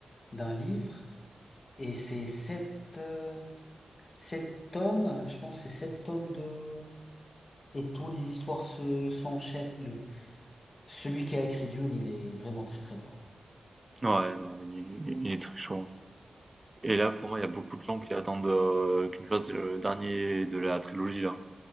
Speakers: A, on the left; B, on the right.
A: d'un livre et c'est sept, euh, sept tomes, je pense, que c'est sept tomes de. Et toutes les histoires se s'enchaînent. Le- Celui qui a écrit Dune, il est vraiment très très fort.
B: Ouais, non, il, il est très chaud. hein. Et là, pour moi, il y a beaucoup de gens qui attendent euh, qu'une chose, c'est le dernier de la trilogie, là.